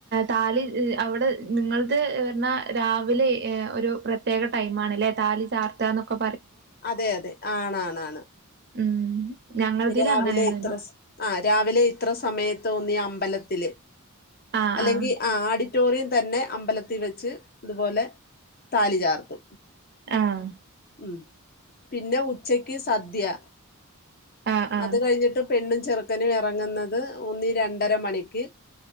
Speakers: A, on the right (about 50°); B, on the left (about 45°).
A: താലി അവിടെ നിങ്ങൾത് പറഞ്ഞാ രാവിലെ ഒരു പ്രത്യേക ടൈമാണ്ല്ലേ താലി ചാർത്തന്നൊക്കെ
B: അതെ അതെ ആണാണാണ്
A: ഉം ഞങ്ങളതിൽ
B: രാവിലെ
A: അങ്ങനെയൊന്നുമില്ല
B: ഇത്ര സ് ആ രാവിലെ ഇത്ര സ് സമയത്ത് തോന്നിയ അമ്പലത്തില്
A: ആഹ് ആഹ്
B: അല്ലെങ്കിൽ ആ ആടി റ്റോറിയം തന്നെ അമ്പലത്തി വെച്ച് ഇതുപോലെ താലി ചാർത്തും
A: ആഹ്
B: ഉം പിന്നെ ഉച്ചക്ക് സദ്യ
A: ആഹ് ആഹ്
B: അത് കഴിഞ്ഞിട്ട് പെണ്ണും ചെറുക്കനും ഇറങ്ങുന്നത് ഒന്നി രണ്ടര മണിക്ക്